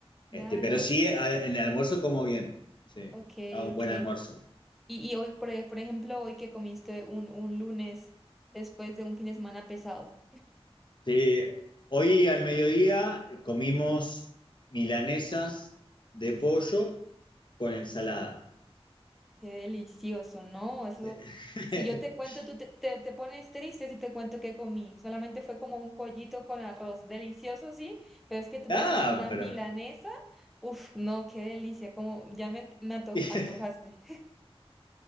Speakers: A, in the centre; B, on the left (about 50°).
A: Claro,
B: Este, pero sí, al- en el almuerzo como bien. Sí,
A: ok,
B: hago un
A: ok.
B: buen almuerzo.
A: Y, y hoy, por, e- por ejemplo, hoy que comiste un, un lunes después de un fin de semana pesado.
B: Sí, hoy al mediodía eh, comimos milanesas de
A: Uf.
B: pollo con ensalada.
A: Qué delicioso, ¿no? Eso,
B: <laughs>
A: si yo te cuento, tú te, te, te pones triste si te cuento qué comí. Solamente fue como un pollito con arroz, delicioso, sí, pero es que tú me
B: Ah,
A: dices una
B: pero.
A: milanesa. Uf, no, qué delicia, como ya me, me anto-
B: <laughs>
A: antojaste.